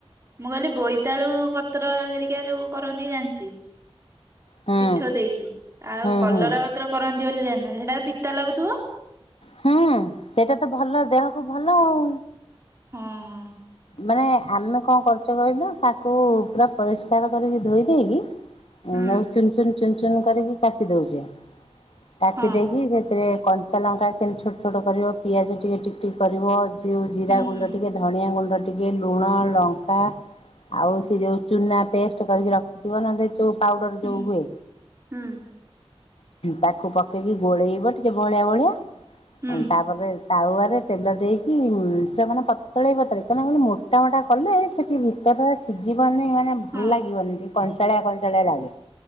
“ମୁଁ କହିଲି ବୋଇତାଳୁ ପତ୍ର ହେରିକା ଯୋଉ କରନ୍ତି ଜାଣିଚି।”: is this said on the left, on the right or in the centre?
Right